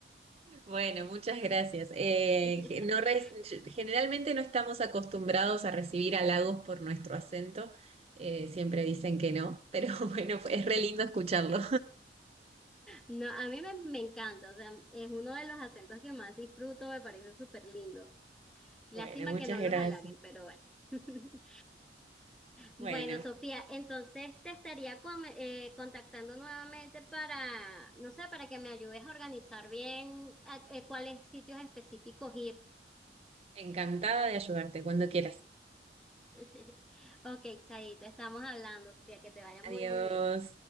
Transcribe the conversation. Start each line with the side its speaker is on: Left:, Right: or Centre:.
Right: Bueno, muchas gracias. Eh,
Centre: <laughs>
Right: ge- no re- generalmente no estamos acostumbrados a recibir halagos por nuestro acento. Eh, siempre dicen que no, pero <laughs> bueno, fue- es re lindo escucharlo.
Centre: No, a mí me, me encanta. O sea, es uno de los acentos que más disfruto, me parece súper lindo. Lástima
Right: Bueno, muchas
Centre: que no
Right: gracias.
Centre: los halaguen, pero bueno. <laughs>
Right: Bueno,
Centre: Bueno, Sofía, entonces te estaría con- eh, contactando nuevamente para, no sé, para que me ayudes a organizar bien a- eh, cuáles sitios específicos ir.
Right: encantada de ayudarte cuando quieras.
Centre: <laughs> Ok, Chaito, estamos hablando, Sofía, que te vaya muy,
Right: Adiós.
Centre: muy bien.